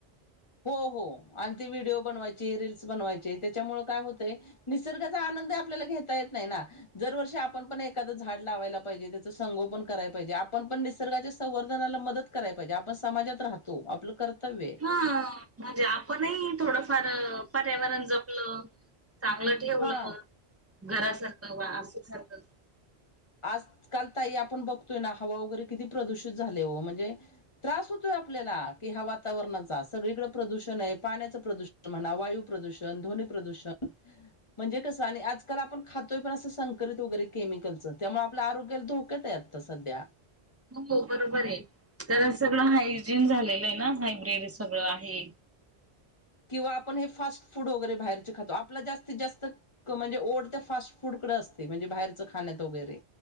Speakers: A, on the left; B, on the right.
A: हो हो आणि ते व्हिडिओ बनवायचे रील्स बनवायचे त्याच्यामुळं काय होतंय निसर्गाचा आनंदही आपल्याला घेता येत नाही ना. दरवर्षी आपण पण एखादं झाड लावायला पाहिजे, त्याचं संगोपन कराय पाहिजे आपण पण निसर्गाच्या संवर्धनाला मदत कराय पाहिजे आपण समाजात राहतो आपलं कर्तव्य आहे.
B: हां म्हणजे आपणही थोडंफार पर्यावरण जपलं चांगलं ठेवलं
A: हा
B: घरासारखं वा <unintelligible>
A: आज काल ताई आपण बघतोय ना हवा वगैरे किती प्रदूषित झाली हो म्हणजे त्रास होतोय आपल्याला की ह्या वातावरणाचा, सगळीकडं प्रदूषण आहे पाण्याचं प्रदू म्हणा वायू प्रदूषण, ध्वनी प्रदूषण म्हणजे कसं आणि आजकाल आपण खातोय पण असं संक्ररीत वगैरे केमिकल च त्यामुळे आपलं आरोग्य धोक्यात आहे आत्ता सध्या.
B: हो बरोबर आहे तर सगळं हायजीन झालेलं आहे ना हायब्रीड सगळं आहे.
A: किंवा आपण हे फास्ट फूड वगैरे बाहेरचे खातो आपला जास्तीत जास्त क म्हणजे ओढ त्या फास्टफुडकडं असते म्हणजे बाहेरचं खाण्यात वगैरे.